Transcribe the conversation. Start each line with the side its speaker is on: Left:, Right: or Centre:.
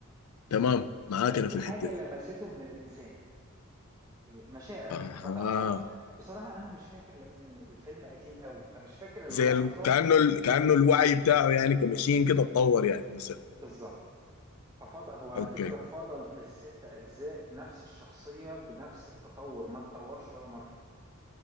Left: تمام معاك
Right: ففي
Left: انا في الحته
Right: حاجة
Left: دي
Right: لمسته من الانسان مشاعر
Left: اها
Right: ما تعرفش بصراحة انا مش فاكر لان الفيلم قديم قوي فمش فاكر اللحظة
Left: زي ال... كأنه ال... كأنه الوعي بتاعه يعني كمشين كده اتطور يعني مثلا
Right: بالظبط ففضل هو على
Left: اوكي
Right: فكرة فضل في الست اجزاء نفس الشخصية بنفس التطور ما اتطورش ولا مرة